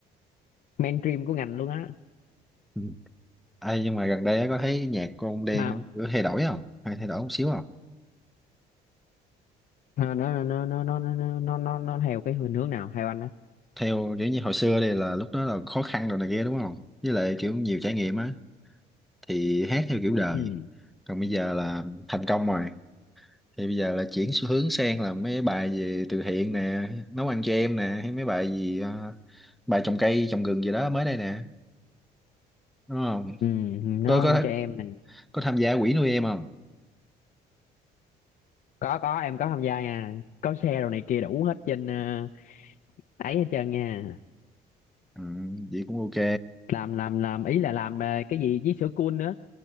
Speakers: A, on the left; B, in the centre.
A: mainstream của ngành luôn á
B: Ừ. Ê, nhưng mà gần đây á, có thấy nhạc của ông Đen
A: mà
B: á, kiểu thay đổi không? Hay thay đổi một xíu không?
A: ờ, nó nó nó nó nó nó nó nó nó theo cái hướng hướng nào theo anh á
B: Theo kiểu như hồi xưa đây là lúc đó là khó khăn rồi này kia đúng không? Với lại kiểu nhiều trải nghiệm á, thì hát theo kiểu đời.
A: ừ
B: Còn bây giờ là thành công rồi. Thì bây giờ là chuyển xu hướng sang là mấy bài về từ thiện nè, nấu ăn cho em nè, hay mấy bài gì, ờ, bài trồng cây, trồng rừng gì đó mới đây nè đúng không
A: ừ nấu
B: có
A: ăn
B: có
A: cho em nè
B: có tham gia quỹ nuôi em không
A: có có em có tham gia nha có xe đồ này kia đủ hết trên ờ, ấy hết trơn nha
B: ừ, vậy cũng ok
A: làm làm làm ý là làm ờ, cái gì với sữa cool nữa